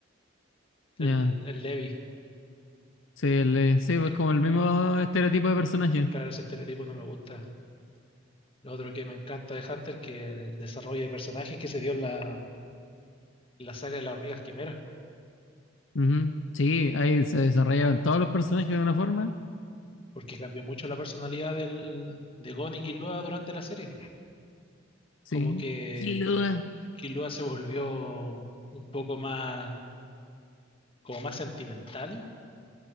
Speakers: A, on the left; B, on the left.
A: el,
B: Ya.
A: el Levi.
B: Sí, el, eh, sí, pues
A: Es-
B: como el mismo estereotipo de personaje.
A: claro, ese estereotipo no me gusta. Lo otro que me encanta de Hunter, que el desarrollo de personajes que se dio en la, la saga de las hormigas quimera,
B: Ujú. Sí, ahí se desarrollaron todos los personajes de una forma.
A: porque cambió mucho la personalidad del, de Gon y Killua durante la serie.
B: Sí.
A: Como que
B: Killua.
A: Killua se volvió un poco más, como más sentimental,